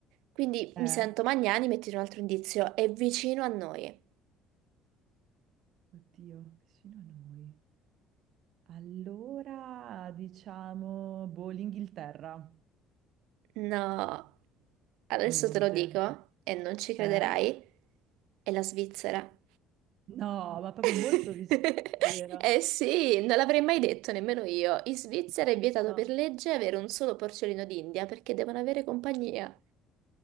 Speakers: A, on the right; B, on the right.
A: Quindi
B: eh?
A: mi sento Magnani, metti un altro indizio, è vicino a noi.
B: Oddio, vicino a noi. Allora, diciamo, boh, l'Inghilterra.
A: No, adesso
B: Niente.
A: te lo dico e non ci crederai,
B: Eh?
A: è la Svizzera.
B: No, ma proprio
A: <laughs>
B: molto vicino era.
A: Eh sì, non l'avrei mai detto nemmeno io. In Svizzera è vietato
B: No.
A: per legge avere un solo porcellino d'India perché devono avere compagnia.